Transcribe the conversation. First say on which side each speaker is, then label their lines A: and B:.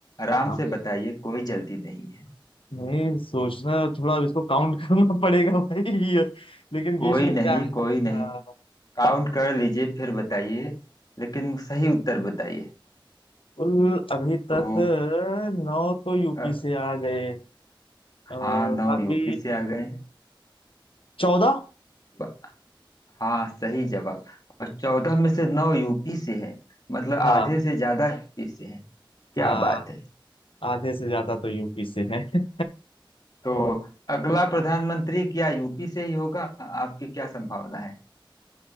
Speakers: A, on the left; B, on the left.
A: आराम
B: हाँ
A: से बताइए कोई जल्दी नहीं है
B: नहीं सोचना थोड़ा अब इसको काउंट <laughs> करना पड़ेगा भाई ये। लेकिन
A: कोई
B: बीच में
A: नहीं
B: क्या है
A: कोई नहीं
B: हाँ
A: काउंट कर लीजिए फिर बताइए लेकिन सही उत्तर बताइए
B: कुल अभी
A: तो
B: तक अ, नौ तो यूपी
A: अ,
B: से आ गए अ,
A: हाँ नौ
B: बाकी
A: यूपी से आ गए
B: चौदह
A: ब- हाँ सही जवाब और चौदह में से नौ यूपी से है मतलब आधे
B: हाँ
A: से ज्यादा यूपी से है क्या
B: हाँ
A: बात है
B: आधे से ज्यादा तो यूपी से है।
A: तो अगला प्रधानमंत्री क्या यूपी से ही होगा आपकी क्या संभावना है